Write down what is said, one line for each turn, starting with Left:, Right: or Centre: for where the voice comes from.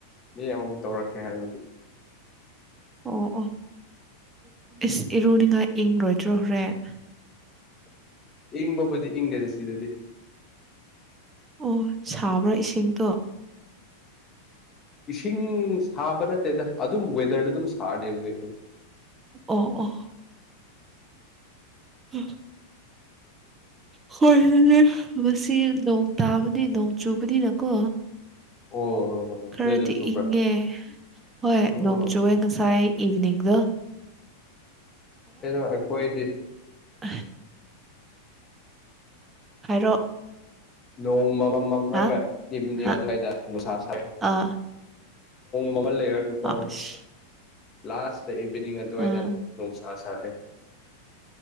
Left: ꯃꯤ ꯑꯃꯃꯨꯝ ꯇꯧꯔꯛꯀꯦ ꯍꯥꯏꯕꯗꯤ
Right: ꯑꯣ ꯑꯣ ꯏꯁ ꯏꯔꯨꯅꯤꯡꯉꯥꯏ ꯏꯪꯔꯣꯏꯗ꯭ꯔꯣ ꯍꯣꯔꯦꯟ
Left: ꯏꯪꯕꯕꯨꯗꯤ ꯏꯪꯒꯦꯗꯤ ꯁꯤꯗꯗꯤ
Right: ꯑꯣ ꯁꯥꯕ꯭ꯔꯥ ꯏꯁꯤꯡꯗꯣ
Left: ꯏꯁꯤꯡ ꯁꯥꯕ ꯅꯠꯇꯦꯗ ꯑꯗꯨꯝ ꯋꯦꯗꯔꯗ ꯑꯗꯨꯝ ꯁꯥꯔꯅꯦꯕꯒꯤ ꯑꯗꯨꯝ
Right: ꯑ ꯑ ꯎꯝ ꯍꯣꯏ ꯃꯁꯤ ꯅꯣꯡ ꯇꯥꯕꯅꯤ ꯅꯣꯡ ꯆꯨꯕꯅꯤꯅꯀꯣ
Left: ꯑꯣ
Right: ꯈꯔꯗꯤ
Left: ꯅꯣꯏꯗ ꯆꯨꯕ꯭ꯔꯥ
Right: ꯏꯪꯉꯦ ꯍꯣꯏ
Left: ꯎꯝ
Right: ꯅꯣꯡꯆꯨꯦ ꯉꯁꯥꯏ ꯏꯚꯤꯅꯤꯡꯗꯣ
Left: ꯀꯩꯅꯩꯅꯣ ꯀꯣꯏꯗꯤ
Right: ꯑ ꯍꯥꯏꯔꯣ
Left: ꯅꯣꯡ ꯑꯃꯃꯝꯒ
Right: ꯍꯥ ꯍꯥ
Left: ꯑꯗꯨꯋꯥꯏꯗ ꯅꯨꯡꯁꯥ ꯁ
Right: ꯑꯥ
Left: ꯃꯣꯕꯜ ꯌꯦꯛꯇꯀꯣ
Right: ꯑꯁ
Left: ꯂꯥꯁꯥꯁ ꯏꯚꯤꯅꯤꯡ ꯑꯗꯨꯋꯥꯏꯗ
Right: ꯎꯝ
Left: ꯅꯨꯡꯁꯥ ꯁꯥꯔꯛꯑꯦ